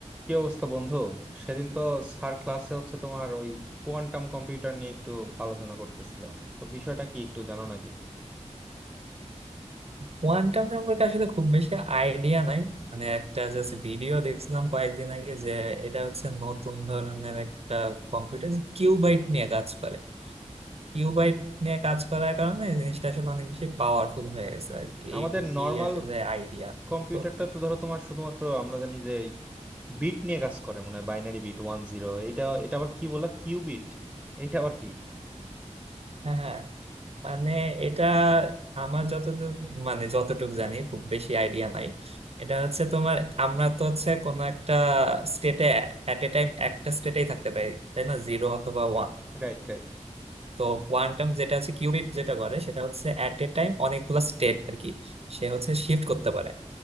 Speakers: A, in the centre; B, on the right (about 55°).
A: কি অবস্থা বন্ধু সেদিন তো স্যার ক্লাসে হচ্ছে তোমার ওই কোয়ান্টাম কম্পিউটার নিয়ে একটু আলোচনা করতেছিল তো বিষয়টা কি একটু জানো নাকি
B: কোয়ান্টাম সম্পর্কে আসলে খুব বেশি আইডিয়া নাই মানে একটা জাস্ট ভিডিও দেখছিলাম কয়েকদিন আগে যে এটা হচ্ছে নতুন ধরনের একটা কম্পিউটার কিউবাইট নিয়ে কাজ করে কিউবাইট নিয়ে কাজ করার কারণে এই জিনিসটা আসলে অনেক বেশি পাওয়ারফুল হয়ে গেছে আর কি।
A: আমাদের
B: এইটুকুই
A: নর্মাল
B: আসলে আইডিয়া
A: কম্পিউটারটা
B: তো
A: তো ধরো তোমার শুধুমাত্র আমরা জানি যে বিট নিয়ে কাজ করে মনে হয় বাইনারি বিট ওয়ান জিরো এটা এটা আবার কি বলা কিউবিট এটা আবার কি
B: হ্যাঁ মানে এটা আমার যতদূর মানে যতটুকু জানি খুব বেশি আইডিয়া নাই এটা হচ্ছে তোমার আমরা তো হচ্ছে কোনো একটা স্টেটে এট এ টাইম একটা স্টেটেই থাকতে পারি তাই না জিরো অথবা ওয়ান
A: Right right
B: তো কোয়ান্টাম যেটা হচ্ছে কিউবিট যেটা করে সেটা হচ্ছে অ্যাট এ টাইম অনেকগুলো স্টেট আর কি সে হচ্ছে শিফট করতে পারে